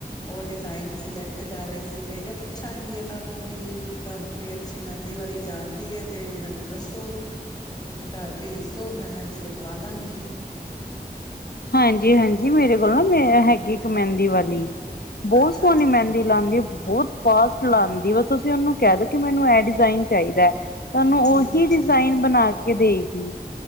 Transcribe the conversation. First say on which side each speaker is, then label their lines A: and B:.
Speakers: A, on the left; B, on the left.
A: ਉਹ ਡਿਜ਼ਾਇਨ ਸਿਲੈਕਟ, ਕਰ ਰਹੀ ਸੀ। ਮੈਂ ਕਿਹਾ, ਪੁੱਛਾਂਗੀ ਇਹਨਾਂ ਨੂੰ, ਵੀ ਤੁਹਾਨੂੰ। ਕੋਈ ਅੱਛੀ ਮਹਿੰਦੀ ਵਾਲੀ ਜਾਣਦੀ ਹੈ ਤੇ ਮੈਨੂੰ ਦੱਸੋ ਉਹਨੂੰ ਮੇਰੇ ਘਰ ਭੇਜ ਦੋ ਮੈਂ ਮਹਿੰਦੀ ਲਗਵਾ ਲਾਂਗੀ
B: ਹਾਂਜੀ ਹਾਂਜੀ ਮੇਰੇ ਕੋਲ ਨਾ ਮੇ ਹੈਗੀ ਇੱਕ ਮਹਿੰਦੀ ਵਾਲੀ ਬਹੁਤ
A: ਅੱਛਾ
B: ਸੋਹਣੀ
A: ਅੱਛਾ
B: ਮਹਿੰਦੀ
A: ਜੀ
B: ਲਾਉਂਦੀ ਬਹੁਤ ਫਾਸਟ ਲਾਉਦੀ ਬਸ ਅਸੀਂ ਉਹਨੂੰ ਕਹਿ ਦੋ ਕਿ ਮੈਨੂੰ ਇਹ ਡਿਜ਼ਾਇਨ ਚਾਹੀਦਾ ਹੈ। ਤੁਹਾਨੂੰ
A: ਠੀਕ
B: ਉਹੀ
A: ਹੈ
B: ਡਿਜ਼ਾਇਨ
A: ਠੀਕ ਹੈ
B: ਬਣਾ ਕੇ ਦੇਗੀ